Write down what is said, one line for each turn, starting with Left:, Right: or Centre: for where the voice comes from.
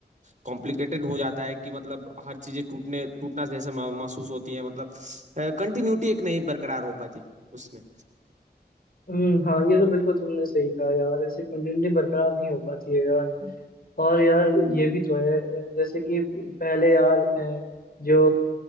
Right: कॉम्प्लिकेटेड हो जाता है कि मतलब हर चीजें टूटने टूटना जैसा मह- महसूस होती है मतलब कंटिन्यूटी एक नहीं बरकरार हो पाती उसमें
Left: हम्म हाँ ये तो बिल्कुल तुमने सही कहा यार ऐसे कंटिन्यूटी बरकरार नहीं हो पाती है यार और यार ये भी तो है अ, जैसे कि पहले यार अ, जो